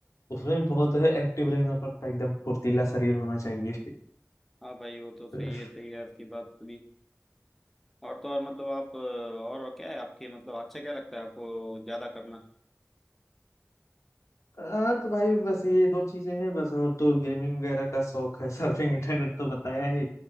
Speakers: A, on the left; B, in the centre.
A: उसमें भी बहुत एक्टिव रहना पड़ता है एकदम फुर्तीला शरीर होना चाहिए
B: हाँ भाई वो तो सही
A: <laughs>
B: है सही है आपकी बात भी और तो और मतलब आप अ, और क्या है आपके मतलब अच्छा क्या लगता है आपको ज्यादा करना
A: हाँ तो भाई बस ये दो चीजें हैं बस और तो गेमिंग वगैरह का शौक है <laughs> सर्फिंग इंटरनेट तो बताया ही